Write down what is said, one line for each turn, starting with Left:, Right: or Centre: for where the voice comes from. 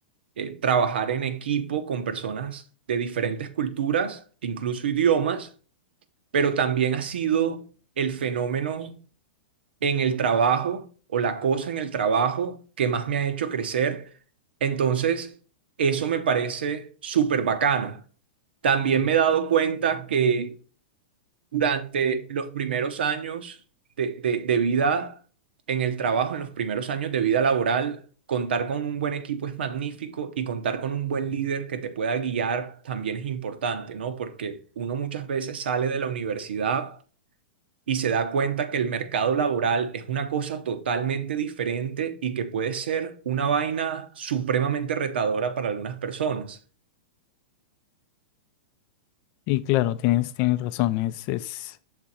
Right: eh, trabajar en equipo con personas de diferentes culturas, incluso idiomas, pero también ha sido el fenómeno en el trabajo o la cosa en el trabajo que más me ha hecho crecer. Entonces, eso me parece súper bacano. También me he dado cuenta que durante los primeros años de, de- de vida en el trabajo, en los primeros años de vida laboral, contar con un buen equipo es magnífico y contar con un buen líder que te pueda guiar también es importante, ¿no? Porque uno muchas veces sale de la universidad y se da cuenta que el mercado laboral es una cosa totalmente diferente y que puede ser una vaina supremamente retadora para algunas personas.
Left: Y claro, tienes, tienes razón, es, es